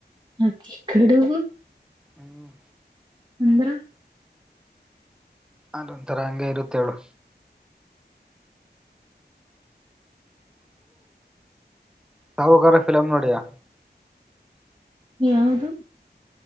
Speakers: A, on the right (about 25°); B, in the centre.
A: ಆಕಿ ಕಡುಬು
B: ಹ್ಮ್
A: ಅಂದ್ರ
B: ಅದೊಂತರ ಹಂಗೆ ಇವತ್ತೇಳು ಸಾಹುಕರ ಫಿಲಂ್ ನೋಡಿಯಾ
A: ಯಾವದು